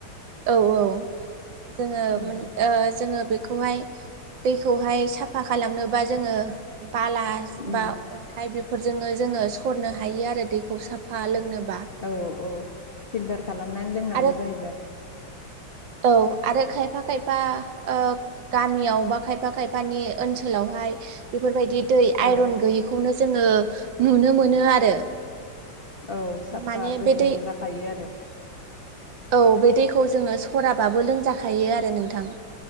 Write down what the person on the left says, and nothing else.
उम
उम
औ औ फिल्टार खालामनानै लोंनांगौ
जाहैबाय।
ओ
औ साफा
गोजों
जाखायो आरो।